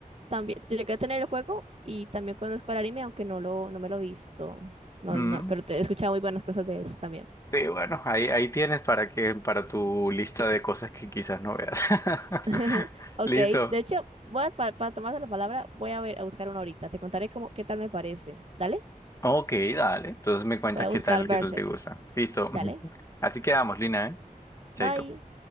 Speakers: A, on the right; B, on the left.
A: también, llegué a tener el juego y también conozco el anime, aunque no lo, no me lo he visto. No,
B: Mm.
A: no, pero te he escuchado muy buenas cosas de eso también.
B: Sí, bueno, ahí, ahí tienes para que, para tu lista de cosas que quizás no veas. <laughs>
A: <laughs> Ok,
B: Listo.
A: de hecho, voy a, pa- para, tomarse la palabra, voy a ver, a buscar una ahorita. Te contaré cómo, qué tal me parece. Dale,
B: Ok, dale. Entonces me cuentas
A: voy a
B: qué
A: buscar
B: tal,
A: Berserk.
B: qué tal te gusta. Listo.
A: Dale,
B: Así quedamos, Lina, ¿eh? Chaito.
A: bye.